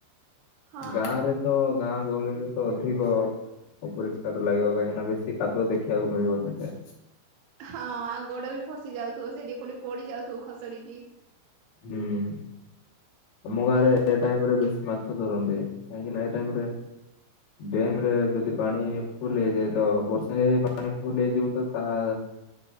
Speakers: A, on the right; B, on the left.
A: ହଁ
B: ଗାଁରେ ତ ଗାଁ ଗହଳିରେ ତ ଅଧିକ ଅପରିଷ୍କାର ଲାଗିବ କାହିଁକିନା ବେଶୀ କାଦୁଅ ଦେଖିବାକୁ ମିଳିବ ସେଠି।
A: ହଁ ଆଉ ଗୋଡ ବି ଫସି ଯାଉଥୁବ ସେଇଠି କୋଉଠି ପଡି ଯାଉଥୁବୁ ଖସଡିକି।
B: ହୁଁ। ଆମ ଗାଁରେ ଏଇ ଟାଇମରେ ବେଶୀ ମାଛ ଧରନ୍ତି କାହିଁକି ନା ଏଇ ଟାଇମରେ ଡ୍ୟାମରେ ଯଦି ପାଣି ଫୁଲ ହେଇଯାଏ ତ ବର୍ଷା ପାଣି ଫୁଲ ହେଇଯିବ ତ ତାହା